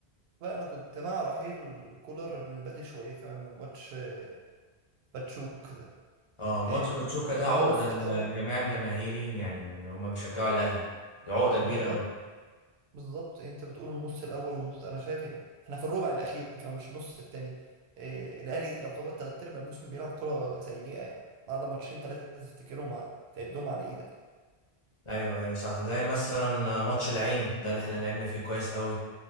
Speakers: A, on the right; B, on the left.
A: فانا كنت مع رحيل كولر من بدري شويه كمان من ماتش آه، باتشوك ده
B: اه
A: آه،
B: ماتش باتشوكا ده
A: طول
B: عقدة
A: النص
B: لجميع
A: الاول
B: الجماهيرين يعني اللي هم بيشجعوا الاهلي دي عقدة كبيرة
A: بالظبط
B: قوي
A: بالظبط انت بتقول النص الاول والنص انا شايف يعني احنا في الربع الاخير كمان مش النص الثاني إيه الاهلي يعتبر ثلاث ارباع الموسم بيلعب كره سيئه يعني ما عدا ماتشين ثلاثه تفتكرهم تعدهم على ايدك يعني
B: ايوه ايوه صح زي مثلا ماتش العين ده اللي احنا لعبنا فيه كويس قوي